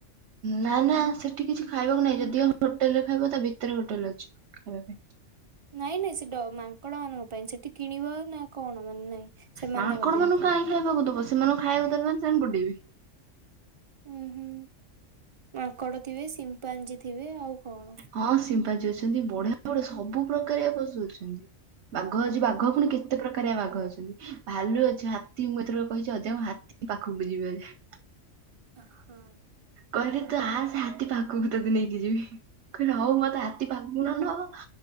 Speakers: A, on the right (about 70°); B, on the right (about 40°).
A: ନା ନା ସେଠି କିଛି ଖାଇବାକୁ ନାହିଁ ଯଦିଓ ହୋଟେଲରେ ଖାଇବ ତା ଭିତରେ ହୋଟେଲ ଅଛି ଖାଇବା ପାଇଁ।
B: ନାଇଁ ନାଇଁ ସେ ଡ ମାଙ୍କଡ ମାନଙ୍କ ପାଇଁ ସେଠି। କିଣିବ ନା କଣ ମାନେ ନାଇଁ ସେମାନେ
A: ମାଙ୍କଡ
B: ତାଙ୍କର ଦିଅନ୍ତି
A: ମାନଙ୍କୁ
B: ଖାଇବାକୁ।
A: କାହିଁ ଦବ ସେମାନଙ୍କୁ ଖାଇବାକୁ ଦେଲେ ମାନେ ସେମାନେ ଗୋଡେଇବେ।
B: ହୁଁ ହୁଁ ମାଙ୍କଡ ଥିବେ ସିମ୍ପାଞ୍ଜି ଥିବେ ଆଉ କଣ।
A: ହଁ ସିମ୍ପାଞ୍ଜି ଅଛନ୍ତି ବଢିଆ ବଢିଆ ସବୁ ପ୍ରକାରିଆ ପଶୁ ଅଛନ୍ତି ବାଘ ଅଛି ବାଘ ପୁଣି କେତେ ପ୍ର ପ୍ରକାରିଆ ବାଘ ଅଛନ୍ତି, ଭାଲୁ ଅଛି ହାତୀ ମୁଁ ଏଥର କହିଛି ଅଜାଙ୍କୁ ହାତୀ ପାଖକୁ ଯିବି ଅଜା।
B: ହଁ
A: କହିଲେ ତୁ ଆସେ ହାତୀ ପାଖ କୁ ତତେ ନେଇକି ଯିବି କହିଲି ହଉ ମତେ ହାତୀ ପାଖକୁ ନ ନବ